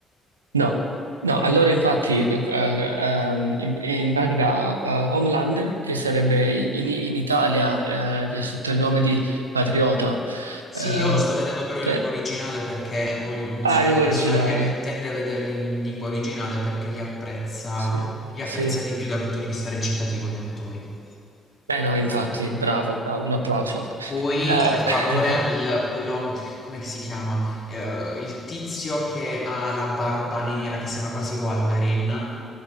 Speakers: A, on the right; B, on the left.
A: no, no, allora infatti eh, ehm, in, in pratica eh, Homelander, che sarebbe in, in Italia eh, sotto il nome di Patriota,
B: Sì,
A: eh,
B: io lo sto vedendo però
A: beh,
B: in lingua originale perché voglio- mm,
A: ah,
B: sono
A: lingua
B: una persona
A: originale,
B: che tende a vederli in lingua originale perché li apprezza,
A: sì,
B: li apprezza
A: sì.
B: di più dal punto di vista recitativo gli attori.
A: Eh no, infatti, bravo, bravo, un applauso.
B: Poi
A: Eh,
B: per favore
A: <laughs>
B: il quello come si chiama? Ehm, il tizio che ha la barba nera che sembra quasi Wolverine.